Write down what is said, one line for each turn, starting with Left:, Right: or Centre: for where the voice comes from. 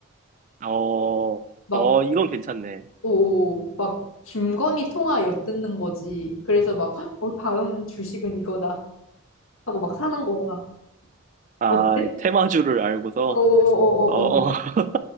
Right: 어,
Left: 막,
Right: 어, 이건 괜찮네.
Left: 오, 막, 김건희 통화 엿듣는 거지. 그래서 막, "헉, 어, 다음 주식은 이거다. 하고 막 사는 거야.
Right: 아,
Left: 어때?
Right: 테마주를 알고서,
Left: 어어어어어.
Right: 어, 어, <laughs>